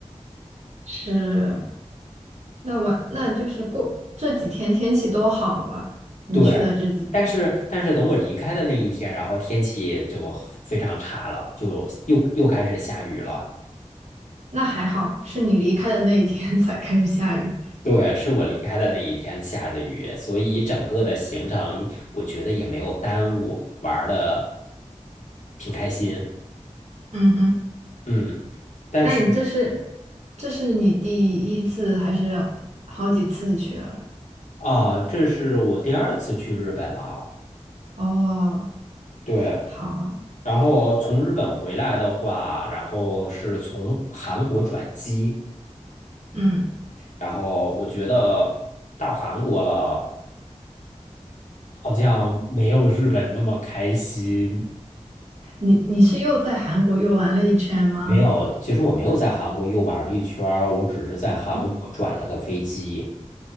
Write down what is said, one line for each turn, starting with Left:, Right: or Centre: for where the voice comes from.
Right: 是，那我那就是过这几天天气都好吧？你去的这几天，
Left: 对，但是但是等我离开的那一天，然后天气就非常差了，就又又开始下雨了。
Right: 那还好，是你离开的那一天 <laughs> 才开始下雨。
Left: 对，是我离开的那一天下的雨，所以整个的行程我觉得也没有耽误，玩的挺开心。
Right: 嗯哼，
Left: 嗯，但是
Right: 那你这是这是你第一次还是好几次去了？
Left: 啊，这是我第二次去日本了。
Right: 哦，
Left: 对，
Right: 好啊
Left: 然后从日本回来的话，然后是从韩国转机，
Right: 嗯，
Left: 然后我觉得到韩国了。好像没有日本那么开心。
Right: 你你是又在韩国又玩了一圈吗？
Left: 没有，其实我没有在韩国又玩儿一圈儿，我只是在韩国转了个飞机，
Right: 嗯，